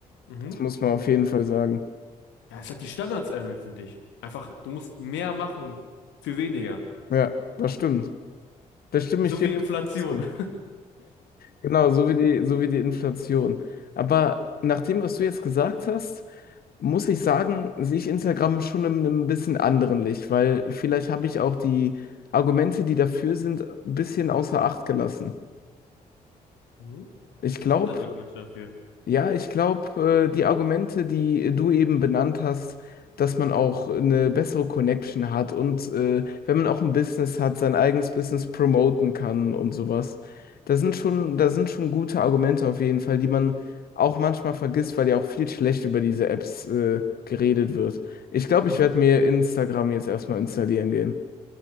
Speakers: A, on the left; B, on the left.
A: Mhm.
B: Das muss man auf jeden Fall sagen.
A: Ja, es hat die Standards erhöht, finde ich. Einfach, du musst mehr machen für weniger.
B: Ja, das stimmt. Da stimme
A: So
B: ich dir
A: wie
B: auf
A: Inflation.
B: jeden Fall zu. Genau, so wie die, so wie die Inflation. Aber nach dem, was du jetzt gesagt hast, muss ich sagen, sehe ich Instagram schon in einem bisschen anderen Licht, weil vielleicht habe ich auch die Argumente, die dafür sind, ein bisschen außer Acht gelassen.
A: <laughs>
B: Ich glaube,
A: Was sind denn Argumente dafür?
B: ja, ich glaube, die Argumente, die du eben benannt hast, dass man auch eine bessere Connection hat und äh, wenn man auch ein Business hat, sein eigenes Business promoten kann und sowas. Da sind schon, da sind schon gute Argumente auf jeden Fall, die man auch manchmal vergisst, weil ja auch viel schlecht über diese Apps äh, geredet wird. Ich glaube,
A: Mhm,
B: ich werde mir Instagram jetzt erstmal installieren gehen.